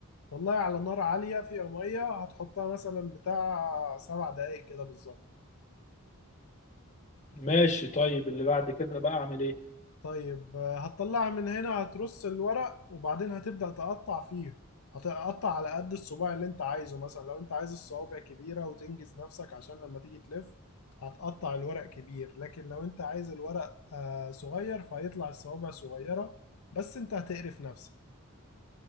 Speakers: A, on the left; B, on the left.
A: والله على نار عالية فيها مية هتحطها مثلا بتاع سبع دقايق كده بالظبط
B: ماشي طيب اللي بعد كده بقى اعمل ايه
A: طيب آه، هتطلعها من هنا هترص الورق وبعدين هتبدأ تقطع فيه هتقطع على قد الصباع اللي انت عايزه مثلا لو انت عايز الصوابع كبيرة وتنجز نفسك عشان لما تيجي تلف هتقطع الورق كبير لكن لو انت عايز الورق آه، صغير فهيطلع الصوابع صغيرة بس انت هتقرف نفسك